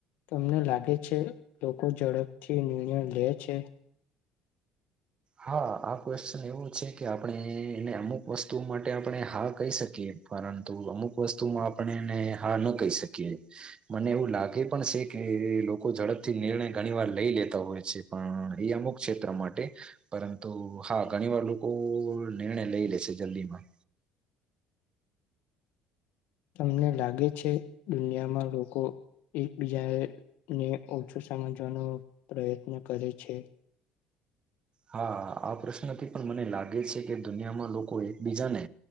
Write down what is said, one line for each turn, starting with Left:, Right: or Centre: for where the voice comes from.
Left: તમને લાગે છે લોકો ઝડપથી નિર્ણય લે છે,
Right: હા આ ક્વેશ્ચન એવું છે, કે આપણે એને અમુક વસ્તુ માટે આપણે હા કહી શકીએ પરંતુ અમુક વસ્તુમાં આપણે એને હા ન કહી શકીએ મને એવું લાગે, પણ છે કે લોકો ઝડપથી નિર્ણય ઘણી વાર લઈ લેતા હોય છે, પણ એ અમુક ક્ષેત્ર માટે પરંતુ હા ઘણી વાર લોકો નિર્ણય લઈ લેશે જલ્દીમાં,
Left: તમને લાગે છે દુનિયામાં લોકો એકબીજાને ઓછું સમજવાનો પ્રયત્ન કરે છે,
Right: હા આ પ્રશ્નથી પણ મને લાગે છે કે દુનિયામાં લોકો એકબીજાને